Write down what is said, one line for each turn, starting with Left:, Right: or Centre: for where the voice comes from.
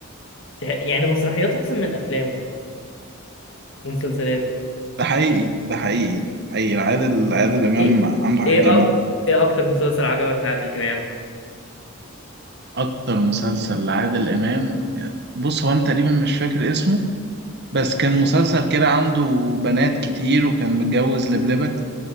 Left: شاهد- يعني مسرحياته احسن من افلامه ومسلسلاته
Right: ده حقيقي ده حقيقي ده حقيقي عادل عادل امام
Left: ايه
Right: عنده حاجات
Left: ايه
Right: جميلة
Left: أ... ايه اكتر مسلسل عجبك لعادل امام
Right: اكتر مسلسل لعادل امام بص هو انا تقريبا مش فاكر اسمه بس كان مسلسل كده عنده بنات كتير وكان متجوز لبلبة